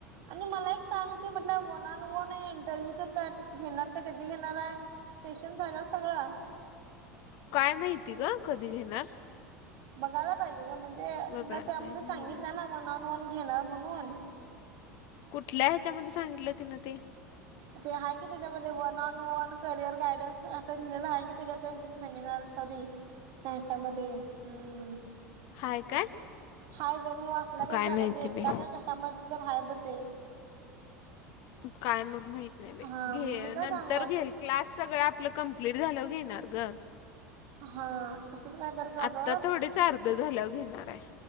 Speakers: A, on the right; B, on the left.
A: आणि मला एक सांग. ते म्हटलं, वन अन वन या इंटरव्ह्यूच कार्ड घेणार ते कधी घेणार आहे सेशन झाल्यावर सगळं.
B: काय माहिती गं कधी घेणार.
A: बघायला पाहिजे गं म्हणजे
B: बघायला
A: तुला त्यामध्ये
B: पाहिजे
A: सांगितलं
B: होय.
A: ना वन ऑन वन घेणार म्हणून.
B: कुठल्या ह्याच्यामध्ये सांगितलं तिनं ते?
A: ते आहे की त्याज्यामध्ये one on one career guidance आता लिहिलेला आहे की त्याज्या त्या सेमिनार तरी त्याच्यामध्ये उम्म.
B: हाय काय?
A: हाय गं मी वाचल्या
B: काय
A: गत झालं
B: माहिती
A: डेल्टा
B: बाई.
A: काय कशामध्ये तर हाय ब ते.
B: काय मग महित नाही बाई
A: हा
B: घे
A: मग मी काय
B: नंतर
A: सांगल
B: घेल क्लास सगळं आपलं कंप्लीट झाल्यावर घेणार गं.
A: हा तसच काय तर करल
B: आता थोडीच अर्ध झाल्यावर घेणार आहे.